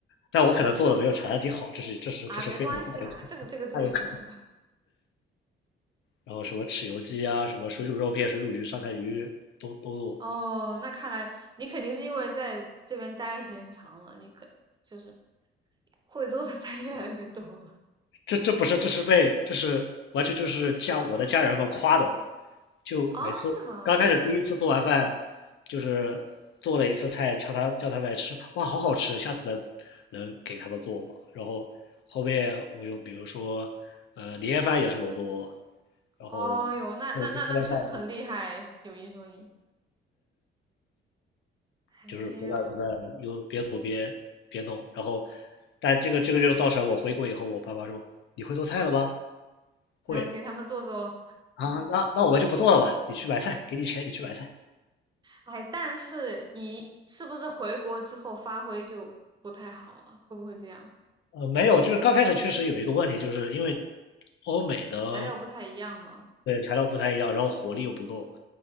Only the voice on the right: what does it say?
啊，没关系啦，这个这个这个有什么？
哦，那看来你肯定是因为在这边待的时间长了，你可就是会做的菜 <laughs> 越来越多了
啊？是吗？
哦哟，那那那那确实很厉害，有一说一。还没有，
那给他们做做。
哎，但是你是不是回国之后发挥就不太好了？会不会这样？
材料不太一样吗？